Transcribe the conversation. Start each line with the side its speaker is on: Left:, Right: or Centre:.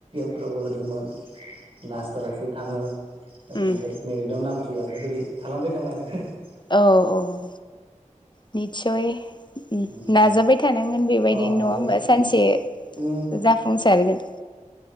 Right: फोरावबो होदोंमोन । लासटा लासै थाङो । ओमफ्राय
Left: उम
Right: मेरिटाव नाम <unintelligible> बे बादि खालामबोदों आरो ।
Left: औ औ निस्सय
Right: उम
Left: नाजाबाय थानांगोन बेबायदि
Right: अ
Left: नङा
Right: नाजाबाय
Left: होमबा
Right: थानांगोन
Left: सानसे
Right: उम
Left: जाफुंसारगोन ।